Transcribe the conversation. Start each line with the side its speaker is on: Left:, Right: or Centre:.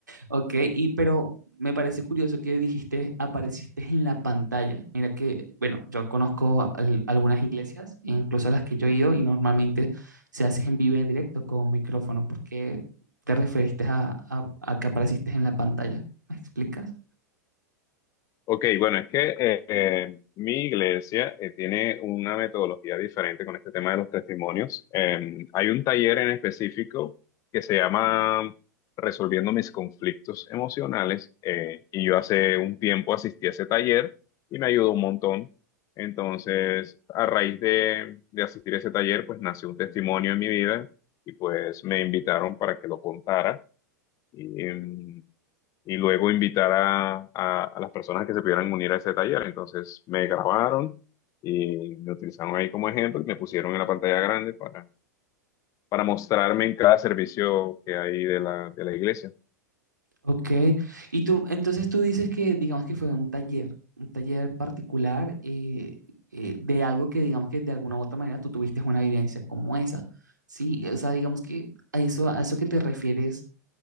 Right: Ok, y pero me parece curioso que dijiste, apareciste en la pantalla. Mira que, bueno, yo conozco al- algunas iglesias, incluso a las que yo he ido, y normalmente se hace en vivo y en directo con micrófono. ¿Por qué te referiste a, a a que apareciste en la pantalla? ¿Me explicas?
Left: Ok, bueno, es que eh, eh, mi iglesia eh, tiene una metodología diferente con este tema de los testimonios. Eh, hay un taller en específico que se llama Resolviendo mis conflictos emocionales eh, y yo hace un tiempo asistí a ese taller y me ayudó un montón. Entonces, a raíz de, de asistir a ese taller, pues nació un testimonio en mi vida y pues me invitaron para que lo contara. Y, em, y luego invitar a, a- a las personas que se pudieran unir a ese taller. Entonces me grabaron y me utilizaron ahí como ejemplo y me pusieron en la pantalla grande para, para mostrarme en cada servicio que hay de la, de la iglesia.
Right: Ok, y tú, entonces tú dices que digamos que fue un taller, un taller particular eh, eh, de algo que digamos que de alguna u otra manera tú tuviste una vivencia como esa, ¿sí? O sea, digamos que a eso, a eso que te refieres,